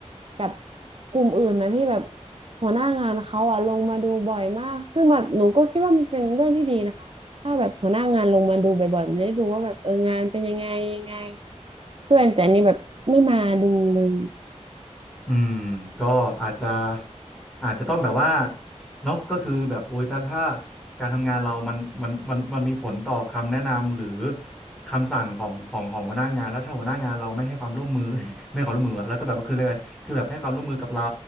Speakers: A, on the right; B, in the centre.
A: กับกลุ่มอื่นนะพี่แบบหัวหน้างานเขาอะลงมาดูบ่อยมากซึ่งแบบหนูก็คิดว่ามันเป็นเรื่องที่ดีนะคะถ้าแบบหัวหน้างานลงมาดูบ่อยๆมันจะได้ดูว่าแบบเอองานเป็นยังไงยังไงเพื่อนแต่อันนี่แบบไม่มาดูเลย
B: อืมก็อาจจะอาจจะต้องแบบว่าเนาะก็คือแบบโอ้ยถ้าถ้าการทำงานเรามันมันมันมันมีผลต่อคำแนะนำหรือคำสั่งของของของหัวหน้างานแล้วถ้าหัวหน้างานเราไม่ให้ความร่วมมือ <laughs> ไม่ให้ความร่วมมืออะแล้วก็แบบว่าคืออะไรคือแบบไม่ให้ความร่วมมือกับเรา